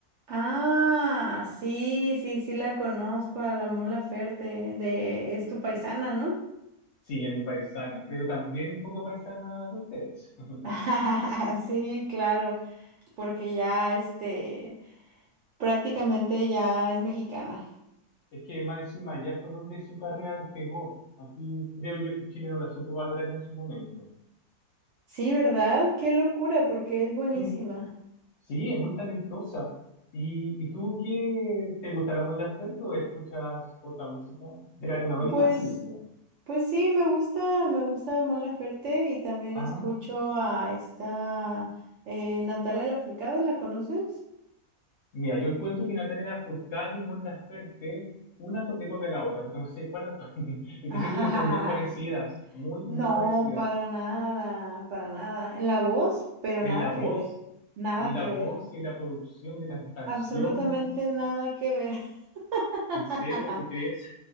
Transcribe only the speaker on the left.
Sí, es mi paisana, pero también un poco paisana de ustedes. <laughs>
Es que más encima ya fue donde su carrera despegó. Aquí creo yo que Chile no la supo valorar en su momento.
Sí, sí, es muy talentosa. ¿Y, y tú qué te gusta la Mon Laferte o escuchas otra música? De Latinoamérica
sí, pues.
Ah.
Mira, yo encuentro que Natalia Lafourcade y Mon Laferte, una co- le copia a la otra, no sé cuál actúa. <laughs>
Es
que siento que son muy parecidas, muy,
muy parecidas.
En
la
voz,
en la
voz y en la producción de las canciones.
¿En serio, tú crees?